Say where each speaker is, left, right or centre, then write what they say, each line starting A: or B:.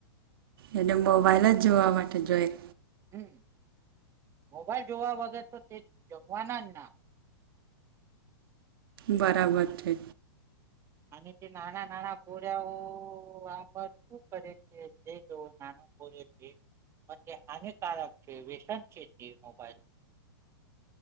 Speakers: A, on the right; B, on the right.
A: એ ને મોબાઈલ જોવા માટે જોયે
B: હમ્મ મોબાઈલ જોવા વગર તો તે જમવાના જ ના.
A: બરાબર છે.
B: અને તે નાના-નાના પોયરાઓ આ પર શું કરે છે જવો નાનો <unintelligible> અને તે હાનિકારક છે, વ્યસન છે, તે મોબાઈલ